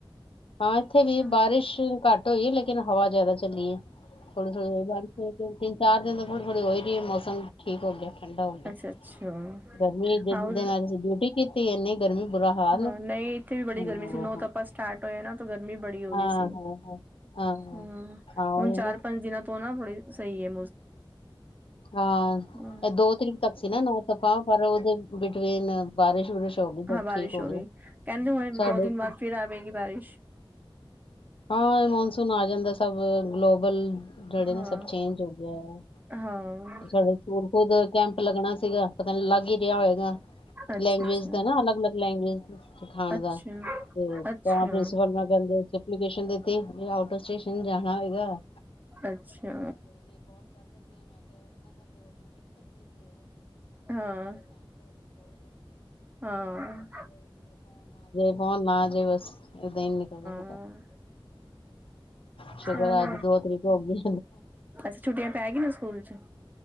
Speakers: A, on the left (about 80°); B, on the right (about 20°).
A: ਹਾਂ ਇੱਥੇ ਵੀ
B: ਹਾਂ
A: ਬਾਰਿਸ਼ ਘੱਟ ਹੋਈ ਹੈ, ਲੇਕਿਨ ਹਵਾ ਜਿਆਦਾ ਚੱਲੀ ਏ ਥੋੜੀ-ਥੋੜੀ ਬਾਰਿਸ਼ ਚਾਰ ਦਿਨ ਤਾਂ ਥੋੜੀ-ਥੋੜੀ ਹੋ ਹੀ ਰਹੀ ਹੈ, ਮੌਸਮ ਠੀਕ ਹੋ ਗਿਆ। ਠੰਡਾ ਹੋ ਗਿਆ,
B: ਅੱਛਾ ਅੱਛਾ
A: ਗਰਮੀ ਜਿਨ
B: ਹਾਂ
A: ਦਿਨਾਂ 'ਚ ਡਿਊਟੀ ਕੀਤੀ ਇੰਨੀ। ਗਰਮੀ ਬੁਰਾ ਹਾਲ
B: ਹਾਂ ਇੱਥੇ ਵੀ ਬੜੀ
A: ਹਾਂ
B: ਗਰਮੀ ਸੀ। ਨੌ ਤਪਾ ਸਟਾਰਟ ਹੋਏਆ ਨਾ ਤੋ ਗਰਮੀ ਬੜੀ
A: ਹਾਂ
B: ਹੋ ਗਈ ਸੀ,
A: ਹਾਂ ਹਾਂ ਹਾਂ
B: ਹੂੰ,
A: ਹਾਂ ਉਹੀ
B: ਹੁਣ
A: ਹੈ
B: ਚਾਰ-ਪੰਜ
A: ਨਾ
B: ਦਿਨਾਂ ਤੋਂ ਨਾ ਥੋੜੀ ਸਹੀ ਏ।
A: ਹਾਂ,
B: ਹਮ
A: ਇਹ ਦੋ ਤਰੀਕ ਤੱਕ ਸੀ ਨਾ ਨੋਤਪਾ ਪਰ ਉਹਦੇ <unintelligible> ਬਾਰਿਸ਼ ਬੁਰਿਸ਼ ਹੋ ਗਈ
B: ਹਾਂ
A: ਸਭ
B: ਬਾਰਿਸ਼
A: ਠੀਕ
B: ਹੋ
A: ਗਿਆ
B: ਗਈ, ਕੇਂਦੇ ਹੁਨੇ
A: ਸਾਡੇ
B: ਦੋ ਦਿਨ
A: ਇੱਥੇ।
B: ਬਾਦ ਫੇਰ ਆਵੇਗੀ ਬਾਰਿਸ਼।
A: ਹਾਂ ਏ ਮੌਨਸੂਨ ਆ ਜਾਂਦਾ ਸਭ ਗਲੋਬਲ। ਸਾਡੇ
B: ਹਾਂ
A: ਨਾ ਸਭ ਚੇਂਜ ਹੋ ਗਿਐ,
B: ਹਾਂ
A: ਸਾਡੇ <unintelligible> ਕੈਂਪ ਲੱਗਣਾ ਸੀਗਾ। ਤੁਆਨੂੰ ਲੱਗ ਈ ਰਿਆ ਹੋਏਗਾ,
B: ਅੱਛਾ
A: ਲੈਂਗੁਏਜ਼
B: ਅੱਛਾ
A: ਦਾ ਨਾ ਅਲਗ-ਅਲਗ ਲੈਂਗੁਏਜ਼। <inaudible> ਸਖਾਣ
B: ਅੱਛਾ
A: ਦਾ, ਤੇ ਤਾਂ
B: ਅੱਛਾ
A: ਪ੍ਰਿੰਸੀਪਲ ਮੈਮ ਕੇਂਦੇ ਐਪਲੀਕੇਸ਼ਨ ਦਿਤੀ, ਵਈ ਆੳਟ ਆੱਫ਼ ਸਟੇਸ਼ਨ ਜਾ ਮੈ ਔਹੀ ਕੇਹਾ,
B: ਅੱਛਾ ਹਾਂ ਹਾਂ
A: <unintelligible> ਫੋਨੇ ਆ ਜੇ ਬਸ। ਏਦਾਂ ਈ ਨਿਕਲਦਾ ਸ
B: ਹਮ
A: ਸ਼ੁਕਰ
B: ਚੱਲ
A: ਅੱਜ ਦੋ ਤਰੀਕ ਹੋ ਗਈ
B: ਅਸੀ ਛੁੱਟੀਆਂ ਪੈ ਗਈ ਨਾ ਸਕੂਲ ਚ